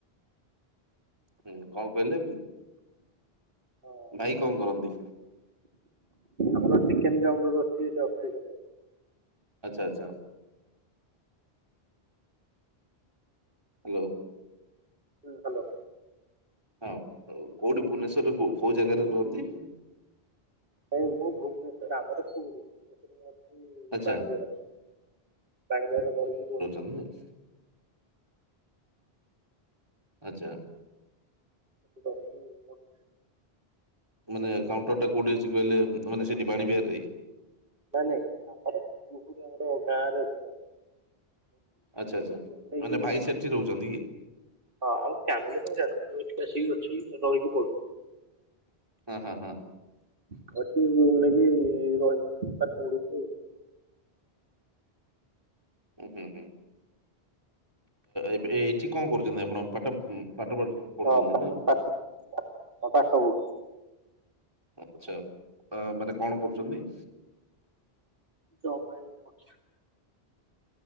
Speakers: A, on the right; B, on the right.
A: ହୁଁ କଣ କହିଲେ
B: ହଁ
A: ଭାଇ କଣ କରନ୍ତି?
B: ଆମର ଚିକେନ କାଉଣ୍ଟର ଅଛି। ସେ ଅଫିସ ଉପରେ।
A: ଆଚ୍ଛା ଆଚ୍ଛା। ହ୍ୟାଲୋ।
B: ହୁଁ ହ୍ୟାଲୋ।
A: ହଁ କୋଉଠି ଭୁବନେଶ୍ୱରରେ କୋ କୋଉ ଜାଗାରେ ରୁହନ୍ତି?
B: ଭାଇଁ ମୁଁ ଭୂବନେଶ୍ଵର ଆମର ପୁରୀ ଭୁବନେଶ୍ୱରରେ ମୁଁ ଅଛି।
A: ଆଚ୍ଛା
B: ବାଣି ବିହାର ବାଣି ବିହାର ଧରିକି ପଡୁଛି।
A: ଉଁ ମସ୍ ଆଚ୍ଛା।
B: <unintelligible>
A: ମାନେ କାଉଣ୍ଟରଟା କଉଠି ଅଛି କହିଲେ ମାନେ ସେଠି ବାଣୀ ବିହାର ରେ।
B: ନାଇ ନାଇଁ ଆମର କୁହୁଡି ଆମର ଗାଁ ରେ ଅଛି।
A: ଆଚ୍ଛା ଆଛା
B: ଜଙ୍ଗଲ ଏଠି ରୁମ୍ ନେଇକି
A: ମାନେ ଭାଇ ସେଠି ରହୁଛନ୍ତି କି?
B: ହଁ ଆମ ଫ୍ୟାମିଲି ସବୁ ସେଆଡ଼େ ମୁଁ ଏଠି ଆସିକି ଅଛି ରହିକି ପଢ଼ୁଛି।
A: ହୁଁ ହୁଁ ହୁଁ।
B: ଆଉ ଏଠି ରୁମ ନେଇେକି ରହକି ପାଠ ପଢୁଛି ଆଉ।
A: ଉଁ ହୁଁ ହୁଁ ଏବେ ଏଇଠି କଣ କରୁଛନ୍ତି ଆପଣ? ପାଠ ପାଠ ପ ପଢୁଛନ୍ତି
B: ହଁ ପା
A: ନା?
B: ପାଠ ହଁ ପାଠ ପଢୁ
A: ଆଛା ଅ ମାନେ କଣ କରୁଛନ୍ତି?
B: ଜବ୍ ପାଇଁ ପ